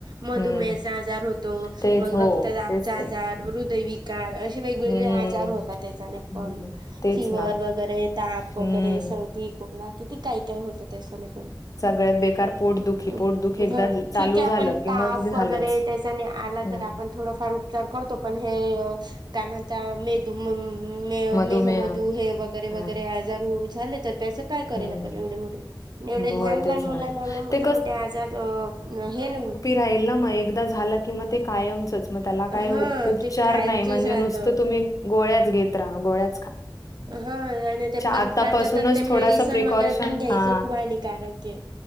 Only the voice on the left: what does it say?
हम्म
तेच
हो
तेच ते
हम्म
हम्म.
तेच
ना
हम्म
सगळ्यांत बेकार, पोटदुखी
पोटदुखी एकदा चालू
झालं
कि
मग झालंच.
हम्म
मधुमेह
हा
हम्म
होय
तेच
ना
ते
राहिलं मग, एकदा झालं की मग ते कायमचंच. मग त्याला काही
उपचार
नाही म्हणजे
नुसतं तुम्ही गोळ्याच घेत राहा गोळ्या
आतापासूनच
थोडासा प्रिकॉशन
हा